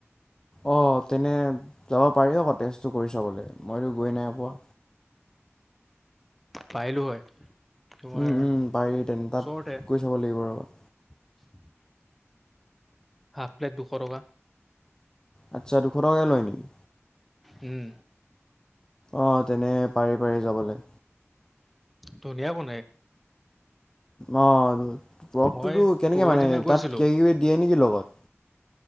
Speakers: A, on the left; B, in the centre.
A: অ তেনে যাব পাৰি আকৌ তেজটো কৰি চাবলে মইতো গৈ নাই পোৱা
B: পাৰলো হয় তোমাৰ
A: উম উম পাৰি তেনে
B: ওচৰতে
A: তাত গৈ চাব লাগিব ৰবা।
B: <inaudible> হাফ প্লেট দুশ টকা।
A: আচ্ছা দুশ টকাকৈ লয় নেকি
B: উম।
A: অ তেনে পাৰি পাৰি যাবলে।
B: ধুনীয়া বনাই।
A: অ ৰসটোতো
B: মই
A: কেনেকে
B: পৰহি
A: মানে
B: দিনা গৈছিলোঁ।
A: তাত কিবা কিবি দিয়ে নেকি ল গত?